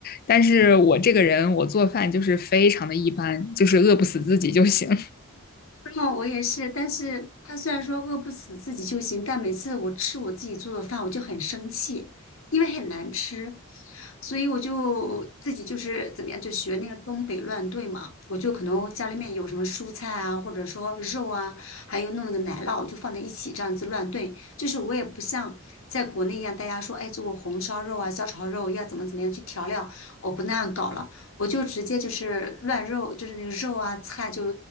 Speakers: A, on the left; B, on the left.
A: 但是我这个人，我做饭就是非常的一般，就是饿不死自己就行。
B: 哦，我也是，但是他虽然说饿不死自己就行，但每次我吃我自己做的饭，我就很生气，因为很难吃，所以我就自己就是怎么样，就学那个东北乱炖嘛，我就可能家里面有什么蔬菜啊，或者说肉啊，还有弄那个奶酪，就放在一起这样子乱炖。就是我也不像在国内一样，大家说，哎，做个红烧肉啊、小炒肉要怎么怎么样去调料，我不那样搞了。我就直接就是乱肉，就是那个肉啊菜就